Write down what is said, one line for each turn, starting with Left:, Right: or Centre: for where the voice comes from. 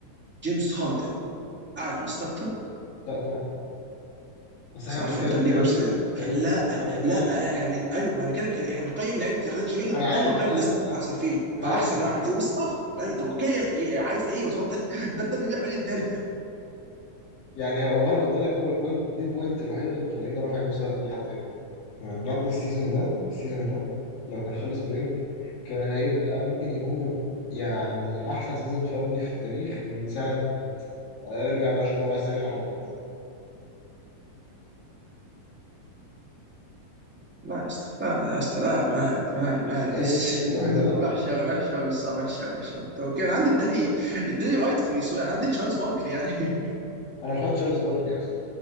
Centre: جيمس هاردن اعلى من ستاكتون؟
Left: لا طبعا بس
Centre: صباح
Left: احنا بنتكلم
Centre: الفل طب
Left: كرينجلس
Centre: ليه بارسنال؟
Left: كرينجلس
Centre: لا
Left: انا بتكلم
Centre: لا احنا بن- ايوه ما انا بتكلم كده، احنا بنقيم لعيبه اللي خدتش مني نحطهم
Left: انا عارف
Centre: من قائمه
Left: انا عارف
Centre: الليسته
Left: انا عارف
Centre: احسن فيهم
Left: انا
Centre: فاحسن
Left: عارف والله
Centre: واحد
Left: انا عارف.
Centre: فيهم ستارت اي طب اوكي إيه- إيه، عارف ايه وتحط <laughs> ده التاني بيعمل ايه التاني
Left: يعني هو والله انا قلت لك هو البوينت دي البوينت الوحيده اللي مخليني رافع جيمس هاردن لحد هنا يعني بجد السيزون ده السيزون ده لو كان خلص برينج كان هيبقى ممكن يكون من يعني احسن سيزون فردي في التاريخ من ساعه ارجع بقى اشوف هو عايز ترجع لحد امتى
Centre: لا يا اسطى لا يا اسطى لا مان مان مان
Left: هي
Centre: دس
Left: دي التيك الوحيده
Centre: <laughs>
Left: اللي عندي
Centre: وحش قوي وحش قوي الصراحه وحش قوي وحش قوي طب اوكي انا عندي التاني التاني وايت فولي سو انا عندي تشارلز باركلي يعني <laughs>
Left: انا مش حاطط تشارلز باركلي اصلا